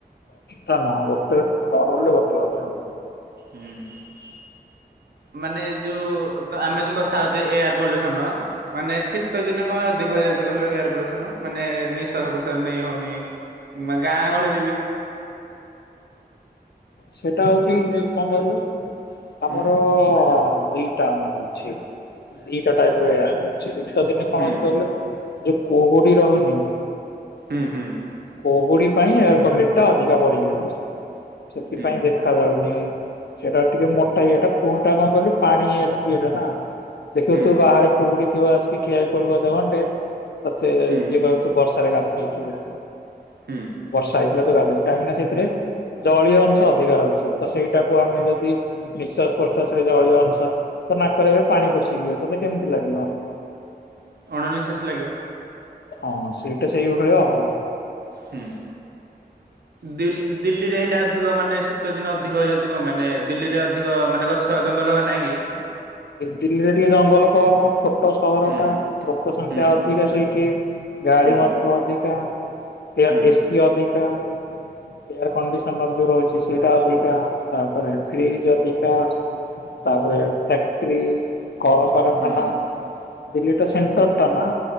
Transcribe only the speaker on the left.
ଟା ନୁହଁ ଗୋଟେ ଟ ଟବୁଲରେ ଗୋଟେ ଗଛ।
ସେଟା ହଉଛି କଣ କହିଲୁ। ଆମର
ଅ ଦିଟା ଅଛି ଦିଟା ଟାଇପ ରେ ଅ ଶିତ ଦିନେ କଣ
ହଉଛି କହିଲେ ଯୋଉ କୁହୁଡି ରହୁନି
କୁହୁଡି ପାଇଁ ଏ କ୍ୱାଲିଟଟା ଅଧିକା ବଢି ଯାଉଛି ସେଥିପାଇଁ
ଦେଖା ଯାଉନି। ସେଟା ଟିକେ ମୋଟା ଇଏଟା ପୁଣି ଟା କଣ କହିଲୁ ପାଣି ଇଏଟା ନା ଦେଖିବୁ
ତୁ ବାହାରେ କୁହୁଡି ଥିବ ଆସିକି ଠିଆ ହେଇ ପଡିବ ଅଧ ଘଣ୍ଟେ। ତତେ
ଯିଏ କହିବ ତୁ ବର୍ଷାରେ ଗାଧେଇଚୁ ବୋଲି।
ବର୍ଷା ହେଇଥିଲା ତ ଗାଧ କାହିଁକି ନା ସେଥିରେ ଜଳୀୟ ଅଂଶ ଅଧିକା ରହିଛି ତ ସେଇଟାକୁ ଆମେ ଯଦି ନିଶ୍ୱାସ ପ୍ରଶ୍ୱାସରେ ଜଳୀୟ ଅଂଶ ତ ନାକରେ ଏବେ ପାଣି ପଶିଯିବ ତତେ କେମିତି ଲାଗିବ?
ହଁ ସେଇଟା ସେଇଭଳିଆ ଆଉ।
ଦିଲ୍ଲୀରେ ଟିକେ ଜଙ୍ଗଲ କମ ଛୋ ଛୋଟ ସହର
ଟା ଲୋକ ସଂଖ୍ୟା
ଅଧିକା ସେଇଠି। ଗାଡି
ମଟର ଅଧିକା ଏୟା
ଏସି ଅଧିକା। ଏୟାର କଣ୍ଡିସନର ଯୋଉ ରହୁଛି ସେଇଟା ଅଧିକା ତାପରେ
ଫ୍ରିଜ ଅଧିକା। ତାପରେ ଫ୍ୟାକ୍ଟରି କଳକାରଖାନା,
ଦିଲ୍ଲୀ ଟା ସେଣ୍ଟର ଟା ନା